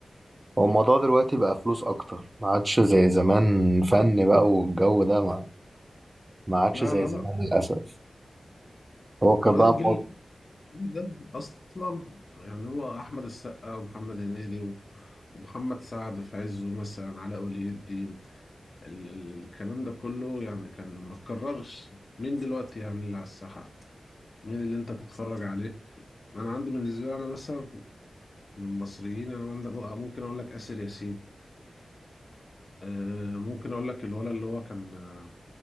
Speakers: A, on the right; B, on the left.
A: هو الموضوع دلوقتي بقى فلوس اكتر ما عادش زي زمان فن بقى والجو ده ما, ما عادش
B: لا
A: زي
B: لا
A: زمان
B: لا
A: للاسف هو كان
B: وبعدين
A: بقى
B: الجيل
A: مو...
B: اللي ده اصلا يعني هو احمد السقا ومحمد هنيدي و- ومحمد سعد في عزه مثلا علاء ولي الدين ال- ال- الكلام ده كله يعني كان ما اتكررش مين دلوقتي يعني اللي على الساحة مين اللي انت تتفرج عليه ما انا عندي بالنسبة لي انا مثلا من المصريين انا عند- ممكن اقول لك آسر ياسين آه، ممكن اقول لك الولد اللي هو كان آه،